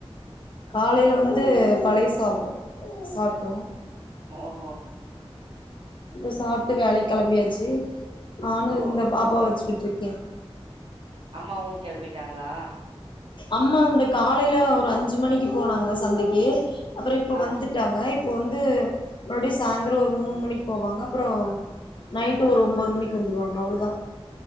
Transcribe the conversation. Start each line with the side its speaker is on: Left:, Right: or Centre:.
Left: காலைல வந்து பழைய சாதோ சாப்ட்டோ
Right: ஓஹோ
Left: இந்த சாப்ட்டு வேலைக்கெளம்பியாச்சு நானு
Right: ஓ
Left: இந்த பாப்பா வச்சுக் டுக்கே
Right: அம்மாவு கெளம்பிட்டாங்ளா
Left: அம்மா இந்த காலைல ஒரு அஞ்சு மணிக்கு போனாங்க சந்தைக்கு அப்பறோ இப்ப
Right: ஆ
Left: வந்துட்டாங்க இப் இப்ப வந்து மறுபடியு சாய்ந்ரோ ஒரு மூணு மணிக்கு போவாங்க அப்பறோ நைட்டு் ஒரு ஒம்போது மணிக்கு வந்துருவாங்க அவ்ளோதா